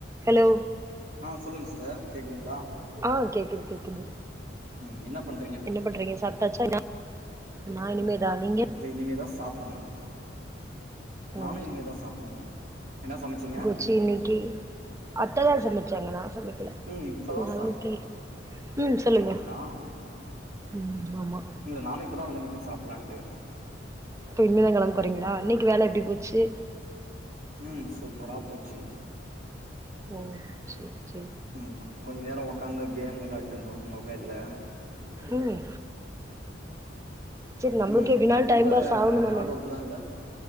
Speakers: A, on the right; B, on the right.
A: Hello
B: ஆ சொல்லுங்க sister கேட்குதுங்களா
A: ஆ கேக்குது கேக்குது
B: ம் என்ன பண்
A: என்ன பண்றீங்க சாப்டாச்சா நா நா இனிமேதா நீங்க
B: இல்ல இனிமேதா சாப்டணும் நானு
A: ஓ
B: இனிமேதா சாப்புணும் என்ன சமச்சிங்க
A: ச்சு இன்னைக்கு அத்ததா சமைச்சாங்கா நா சமை க்கல
B: ம் இப்பதா
A: நா
B: சா
A: இன்னைக்கி ம் சொல்லுங்க
B: ஆமாங்களா
A: ம் ஆமா
B: இல்ல நானும் இப்பதா வந்தே வீட்டுக்கு சாப்பலான்ட்டு
A: இப்போ இனிமேதா கெளம்போறீங்களா இன்னைக்கு வேல எப்டி போச்சு
B: ம் சூப்பரா போச்சி
A: ஓ சேரி சேரி
B: ம் கொஞ்ச நேரோ ஒக்காந்து கேம் விளாட்டு இருந்தோ மொபைல்ல
A: ம் சேரி நம்பளுக்கே
B: ம்
A: எப்பின்நாலும்
B: ரொம்ப
A: டைம்பாஸ் ஆகணும் தானே
B: ஹார்ட் ஒர்க்லா இல்ல